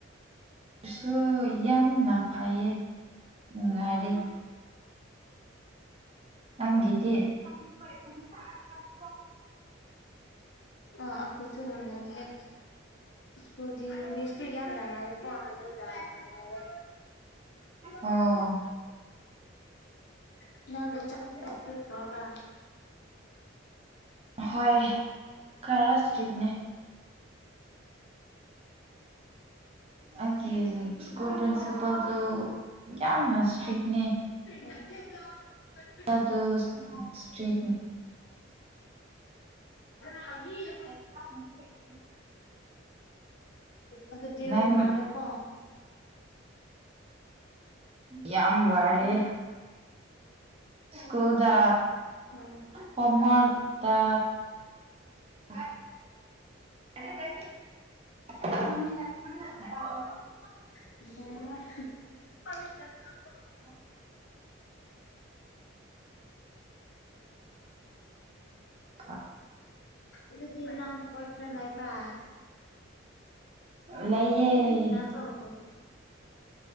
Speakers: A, on the right; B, on the left.
A: ꯁꯨ ꯌꯥꯝꯅ ꯐꯩꯌꯦ ꯅꯨꯡꯉꯥꯏꯔꯤꯦ ꯅꯪꯒꯤꯗꯤ ꯑꯗꯨꯔ
B: ꯑ ꯑꯈꯣꯏꯁꯨ ꯍꯔ ꯍꯦ ꯁ꯭ꯀꯨꯜꯒꯤ ꯃꯤꯁꯁꯨ ꯌꯥꯝ ꯜꯉꯔꯦꯀꯣ ꯑꯗꯨꯗ ꯍꯥꯏꯔꯦ ꯅ
A: ꯑꯣ
B: ꯑꯗꯨ꯭ꯔ <unintelligible>
A: ꯪ <unintelligible>
B: ꯇꯒ
A: ꯍꯣꯏ ꯈꯔ ꯏꯁꯇ꯭ꯔꯤꯠꯅꯦ ꯑꯩꯒꯤ ꯁ꯭ꯀꯨꯜ ꯄ꯭ꯔꯤꯟꯁꯤꯄꯜꯗꯨ ꯌꯥꯝꯅ ꯏꯁꯇ꯭ꯔꯤꯛꯅꯦ
B: ꯐ
A: ꯣ ꯏꯁꯇ꯭ꯔꯤꯠ
B: ꯍꯥꯏ
A: <unintelligible>
B: ꯑꯗꯨꯗꯤ
A: ꯅꯪ
B: ꯋꯥꯔꯦꯀꯣ
A: ꯌꯥꯝ ꯋꯥꯔꯦ ꯁꯀꯨꯗꯥ
B: ꯑꯣ
A: ꯍꯣꯃꯗ <unintelligible>
B: <unintelligible> ꯦꯗ <unintelligible>
A: <inaudible> ꯀ <unintelligible>
B: ꯑꯗꯨꯗꯤ ꯅꯪ ꯕꯣꯏ ꯐ꯭ꯔꯦꯟ ꯂꯩꯕ꯭ꯔꯥ
A: ꯂꯩꯌꯦ
B: ꯇꯥꯕ꯭ꯔꯣ